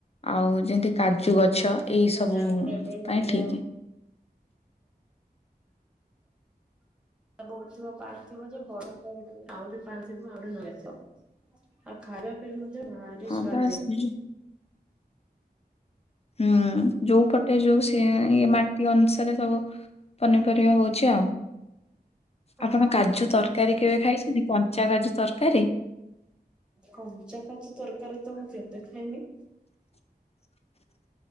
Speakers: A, on the left; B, in the centre.
A: ଆଉ ଯେମିତି କାଜୁ ଗଛ
B: ହୁଁ
A: ଏଇ
B: ନାଇଁ
A: ସବୁ
B: ଆମର ଏପଟେ
A: ପାଇଁ
B: ନଡିଆ
A: ଠିକ୍।
B: ନୁର୍ଜୀଵ ପାଣି ଥିବ ଯେ ବଢୁନି ବଲିକି - ଆହୁରି ପାଣି ଥିବ ଆହୁରି ନେଇ ଆସ। ଆଉ ଖାଲିଳେ ପିଇବା ଯେ ଭାରି
A: ହଁ
B: ସ୍ଵାଦ।
A: ବାସ୍ ହୁଁ ହୁଁ, ଯୋଉ ପଟେ ଯୋଉ ସେ ଇୟା ଏ ମାଟି ଅନୁସାରେ ସବୁ ପନିପରିବା ହଉଛି ଆଉ।
B: ହଁ
A: ଆପଣ କାଜୁ
B: ଆମ
A: ତରକାରୀ କେବେ ଖାଇଛନ୍ତି କଞ୍ଚା କାଜୁ ତରକାରୀ?
B: କଞ୍ଚା କାଜୁ ତରକାରୀ ତ ମୁଁ କେବେ ଖାଇନି।
A: <unintelligible>